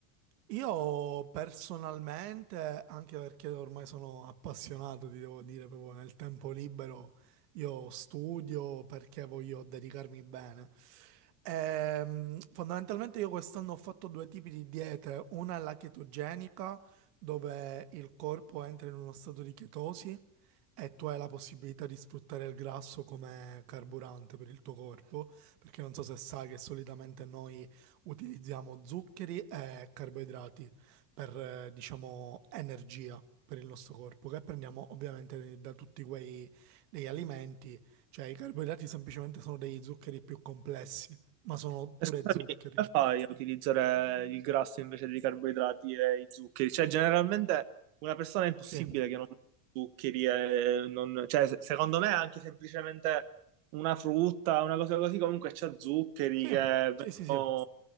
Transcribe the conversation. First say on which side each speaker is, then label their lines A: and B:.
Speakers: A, on the right (about 75°); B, on the right (about 60°).
A: Io personalmente, anche perché ormai sono appassionato, ti devo dire, proprio nel tempo libero, io studio perché voglio dedicarmi bene. Ehm, fondamentalmente io quest'anno ho fatto due tipi di diete, una è la chetogenica, dove il corpo entra in uno stato di chetosi e tu hai la possibilità di sfruttare il grasso come carburante per il tuo corpo, perché non so se sai che solitamente noi Utilizziamo zuccheri e carboidrati per, eh, diciamo, energia per il nostro corpo, che prendiamo ovviamente da tutti quei degli alimenti, cioè i carboidrati semplicemente sono degli zuccheri più complessi, ma sono pure
B: E Scusami,
A: zuccheri.
B: come fai a utilizzare il grasso invece dei carboidrati e i zuccheri? Cioè, generalmente una persona è impossibile
A: Sì,
B: che non mangi zuccheri e non... Cioè, se- secondo me anche semplicemente una frutta, una cosa così, comunque c'ha zuccheri
A: sì,
B: che
A: sì, sì, sì.
B: vengono...